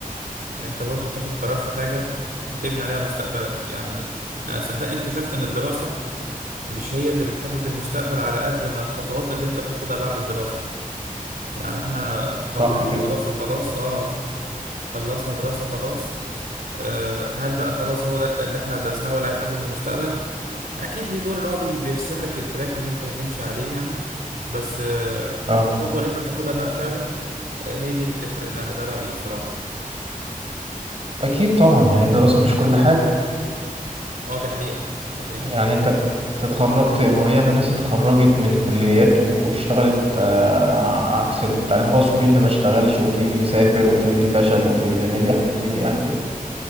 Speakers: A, on the right; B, on the right.
A: يعني انت برضو بتاخد قرار في حاجه بتبني عليها مستقبلك يعني انا صدقني اكتشفت ان الدراسه مش هي اللي بتحدد المستقبل على قد ما الخطوات اللي انت بتاخدها بعد الدراسه يعني احنا خلصنا
B: صح كده
A: دراسه خلاص اه خلصنا دراسه خلاص آه، هل بقى خلاص هو ده اللي احنا درسناه ولا هيحدد المستقبل اكيد ليه دور ان هو بي- بيرسم لك التراك اللي انت هتمشي عليه يعني بس آه،
B: اه
A: الخطوة اللي انت بتاخدها بقى فعلا آه، هي دي اللي بتفرق ده, ده رأيي بصراحة
B: اكيد طبعا هي الدراسه مش كل حاجه
A: اه دي حقيقة دي حقيقة
B: يعني انت تتخرجت ما هي ياما ناس اتخرجت من كليات واشتغلت آه، عكس التعليم الخاص وفي اللي ما اشتغلش وفي اللي سافر وفي اللي فشل وفي اللي نجح وفي يعني